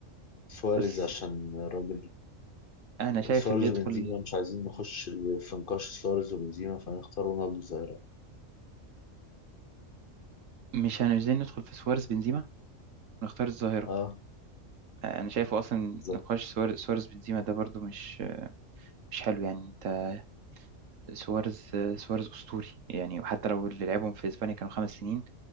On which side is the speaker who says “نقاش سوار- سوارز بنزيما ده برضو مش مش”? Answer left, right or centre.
Right